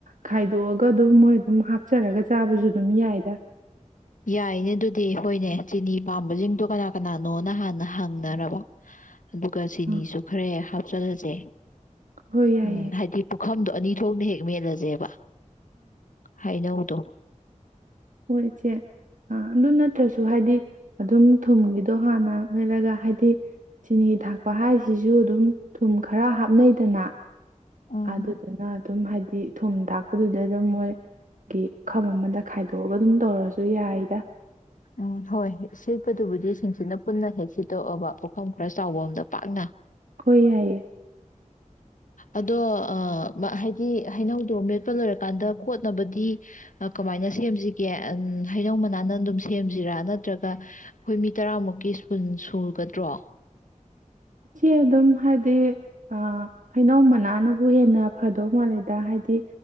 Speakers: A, on the right; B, on the left.
A: ꯈꯥꯏꯗꯣꯛꯑꯒ ꯑꯗꯨꯝ ꯃꯣꯏ ꯑꯗꯨꯝ ꯍꯥꯞꯆꯔꯒ ꯆꯥꯕꯁꯨ ꯑꯗꯨꯝ ꯌꯥꯏꯗ
B: ꯌꯥꯏꯅꯦ ꯑꯗꯨꯗꯤ ꯍꯣꯏꯅꯦ ꯆꯤꯅꯤ ꯄꯥꯝꯕꯁꯤꯡꯗꯣ ꯀꯅꯥ ꯀꯅꯥꯅꯣꯅ ꯍꯥꯟꯅ ꯍꯪꯅꯔꯕ ꯑꯗꯨꯒ ꯁꯤꯅꯤꯁꯨ
A: ꯎꯝ
B: ꯈꯔꯦ ꯆꯂꯁꯦ
A: ꯍꯣꯏ ꯌꯥꯏꯌꯦ
B: ꯎꯝ ꯍꯥꯏꯗꯤ ꯄꯨꯈꯝꯗꯣ ꯑꯅꯤ ꯊꯣꯛꯅ ꯍꯦꯛ ꯃꯂꯁꯦꯕ ꯍꯥꯏ ꯅꯎꯗ
A: ꯍꯣꯏꯁꯦ ꯑ ꯑꯗꯨ ꯅꯠꯇ꯭ꯔꯁꯨ ꯍꯥꯏꯗꯤ ꯑꯗꯨꯝ ꯊꯨꯝꯒꯤꯗꯣ ꯍꯥꯟꯅ ꯃꯦꯠꯂꯒ ꯍꯥꯏꯗꯤ ꯆꯤꯅꯤ ꯊꯥꯛꯄ ꯍꯥꯏꯁꯤꯁꯨ ꯑꯗꯨꯝ ꯊꯨꯝ ꯈꯔ ꯍꯥꯞꯅꯩꯗꯅ
B: ꯎꯝ
A: ꯑꯗꯨꯗꯨꯅ ꯑꯗꯨꯝ ꯍꯥꯏꯗꯤ ꯊꯨꯝ ꯊꯥꯛꯄꯗꯨꯗꯩ ꯑꯗꯨꯝ ꯃꯣꯏꯒꯤ ꯎꯈꯝ ꯑꯃꯗ ꯈꯥꯏ ꯣꯛꯑꯒ ꯑꯗꯨꯝ ꯇꯧꯔꯁꯨ ꯌꯥꯏꯗ
B: ꯎꯝ ꯍꯣꯏ ꯁꯤꯠꯄꯗꯨꯕꯨꯗꯤ ꯁꯤꯡꯁꯤꯅ ꯄꯨꯟꯅ ꯍꯦꯛ ꯁꯤꯠꯇꯣꯛꯑꯕ ꯄꯣꯐꯝ ꯈꯔ ꯆꯥꯎꯕ ꯑꯝꯗ ꯄꯥꯛꯅ
A: ꯍ ꯌꯥꯏꯌꯦꯦ
B: ꯑꯗꯣ ꯍꯥꯏꯗꯤ ꯍꯩꯅꯧꯗꯣ ꯃꯦꯠꯄ ꯂꯣꯏꯔꯀꯥꯟꯗ ꯀꯣꯠꯅꯕꯗꯤ ꯀꯃꯥꯏꯅ ꯁꯦꯝꯁꯤꯒꯦ ꯍꯩꯅꯧ ꯃꯅꯥꯅ ꯑꯗꯨꯝ ꯁꯦꯝꯁꯤꯔꯥ ꯅꯠꯇ꯭ꯔꯒ ꯑꯩꯈꯣꯏ ꯃꯤ ꯇꯔꯥꯃꯨꯛꯀꯤ ꯁꯄꯨꯟ ꯁꯨꯒꯗ꯭ꯔꯣ
A: ꯎꯆꯆꯦ ꯑꯗꯨꯝ ꯍꯥꯏꯗꯤ ꯑ ꯍꯩꯅꯧ ꯃꯅꯥꯅꯕꯨ ꯍꯦꯟꯅ ꯐꯗꯧ ꯃꯥꯜꯂꯦꯗ ꯍꯥꯏꯗꯤ